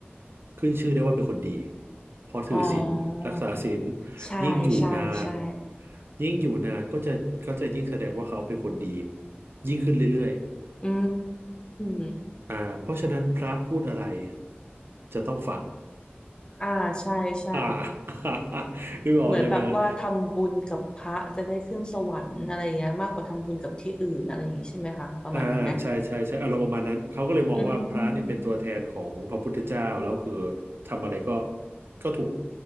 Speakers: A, on the right; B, on the left.
A: ขึ้นชื่อได้ว่าเป็นคนดีเพอถือศีลรักษาศีล
B: อ๋อใช่ใช่ใช่
A: ยิ่งอยู่นานยิ่งอยู่นานก็จะก็จะยิ่งแสดงว่าเขาเป็นคนดียิ่งขึ้นเรื่อย
B: อืม
A: ๆอ่าเพราะฉะนั้นพระพูดอะไรจะต้องฟัง
B: อ่าใช่ใช่
A: อ่า <laughs> นึกออกใช่ไหมฮะ
B: เหมือนแบบว่าทำบุญกับพระจะได้ขึ้นสวรรค์อะไรอย่างเงี้ยมากกว่าทำบุญกับที่อื่นอะไรอย่างงี้ใช่ไหมคะประมาณนี้ไหม
A: อ่าใช่ใช่ใช่อารมณ์ประมาณนั้นเขาก็เลยมองว่าพระนี่เป็นตัวแทนของพระพุทธเจ้าแล้วคือ
B: อืม
A: ทำอะไรก็ก็ถูก